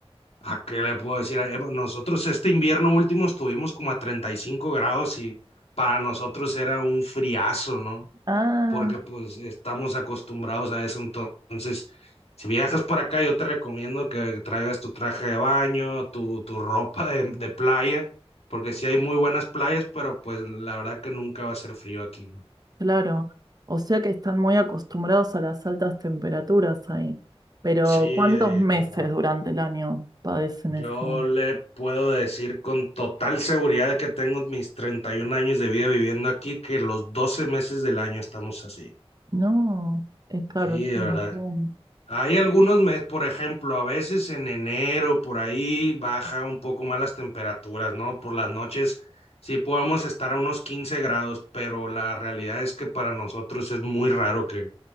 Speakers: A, on the left; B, on the right.
A: ¿A qué le puedo decir? Eh, bueno, Nosotros este invierno último estuvimos como a 35 grados y para nosotros era un friazo, ¿no?
B: Ah,
A: Porque pues estamos acostumbrados a eso. Entonces, si viajas por acá, yo te recomiendo que traigas tu traje de baño, tu, tu ropa de, de playa, porque sí hay muy buenas playas, pero pues la verdad que nunca va a ser frío aquí, ¿no?
B: claro. O sea que están muy acostumbrados a las altas temperaturas ahí. Pero
A: Sí,
B: ¿cuántos
A: de-
B: meses
A: claro.
B: durante el año padecen
A: Yo
B: eso?
A: le puedo decir con total seguridad que tengo mis 31 años de vida viviendo aquí, que los 12 meses del año estamos así.
B: No, es claro,
A: Sí,
B: es
A: de
B: un
A: verdad.
B: montón.
A: Hay algunos meses, por ejemplo, a veces en enero, por ahí baja un poco más las temperaturas, ¿no? Por las noches sí podemos estar a unos 15 grados, pero la realidad es que para nosotros es muy raro que,